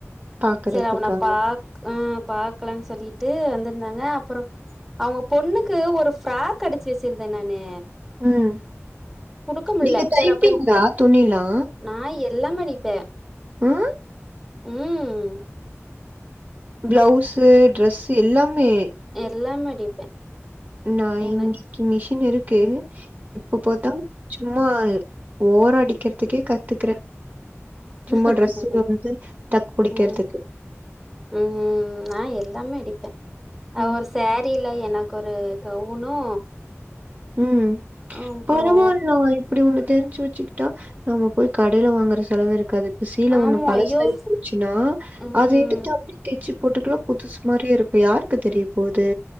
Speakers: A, on the right; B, in the centre.
A: பாக்குறதுக்காக
B: சர் அவன பாக் ஆ பாக்கலனு சொல்லிட்டு வந்திருந்தாங்க அப்புறோ அவுங்க பொண்ணுக்கு ஒரு ஃப்ராக் அடிச்சு வச்சிருந்தே நானு
A: ம்
B: குடுக்க முல்ல
A: நீங்க தைப்பீங்ளா
B: சேரி அப்றோ
A: துணிலா
B: நா எல்லாமே அடிப்பே
A: அ
B: ம்
A: ப்ளவுஸு ட்ரெஸ்ஸு எல்லாமே
B: எல்லாமே அடிப்பே
A: நா
B: எனக்
A: இங்கிக்கு மிஷின் இருக்கு இப்ப பாத்தா சு ம்மா ஓர அடிக்கிறதுக்கே கத்துக்றே சும்மா
B: ம்
A: டிரெஸ்ஸு வந்து டக்கு புடிக்றதுக்கு
B: ம் ம் நா எல்லாமே அடிப்பே ஆ
A: ம்
B: ஒரு சேரில் ல எனக்கு ஒரு கவுனு
A: ம்
B: அப்புறோ
A: பரவால்ல இப்டி ஒண்ணு தெரிஞ்சி வச்சுக்கிட்டா நாம போய் கடைல வாங்கற செலவே இருக்காது ப்ப சீல
B: ஆமா
A: ஒண்ணு பழசாயி
B: ஐயோ
A: போச்சுன்னா
B: ம்
A: அத எடுத் த்து அப்டியே தெச்சி போட்டுக்லா புதுசு மாரி இருக்கு யாருக்கு தெரிய போது